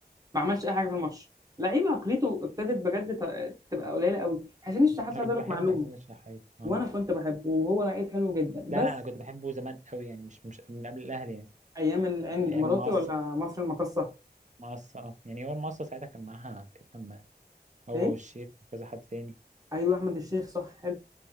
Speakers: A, on the right; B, on the right.
A: ما عملش اي حاجه في الماتش لعيب عقليته ابتدت بجد ت- تبقى قليله قوي حسين الشحات
B: انا
A: عايز
B: كنت
A: اقول
B: بحب
A: لك معلومه
B: حسين الشحات اه
A: وانا كنت بحبه وهو لعيب حلو جدا بس
B: لا لا انا كنت بحبه زمان قوي يعني مش مش من قبل الاهلي يعني
A: ايام العين
B: من
A: الاماراتي
B: ايام المقصة
A: ولا مصر المقاصه
B: مقصة اه يعني هو المقصة ساعتها كان معاها كانت لما هو
A: ايه
B: والشيخ وكذا حد تاني
A: ايوه احمد الشيخ صح حلو